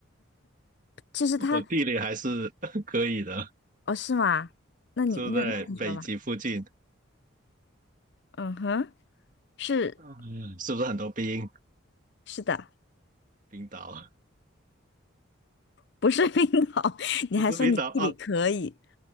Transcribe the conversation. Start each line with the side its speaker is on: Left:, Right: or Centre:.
Left: 其实它，
Right: <laughs> 我地理还是 <laughs> 可以的，
Left: 哦，是吗？那你那那你说吧。
Right: 住在北极附近。
Left: 嗯哼，是
Right: 嗯，是不是很多冰？
Left: 是的，
Right: 冰岛
Left: 不是冰岛。<laughs>
Right: <laughs>
Left: 你还说你地理可以？
Right: 不是冰岛啊，